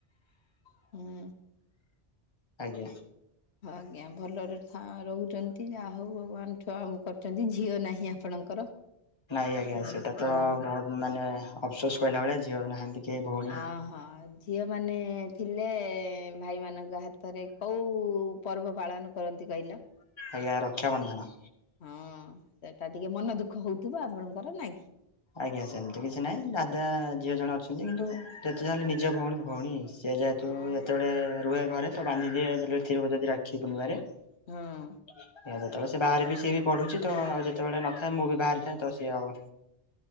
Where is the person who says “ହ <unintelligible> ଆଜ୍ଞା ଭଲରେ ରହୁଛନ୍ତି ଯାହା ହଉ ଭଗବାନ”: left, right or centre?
Left